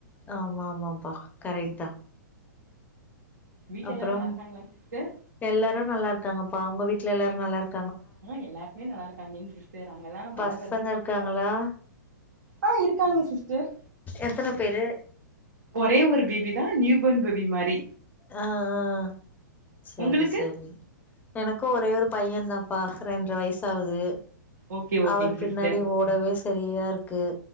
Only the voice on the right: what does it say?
வீட்டுல
எல்லா நல்லா இருக்கங்களா சிஸ்டர்
ஆ எல்லாருமே நல்லா இருக்காங்க எங்க சிஸ்டர் அங்கெல்லாம்
மழை வருதுங்களா
ஆ இருக்காங்க சிஸ்டர்
ஒரே ஒரு பேபி தான் நியூபர்ன் பேபி மாரி
உங்களுக்கு
ஓகே ஓகேங்க
சிஸ்டர்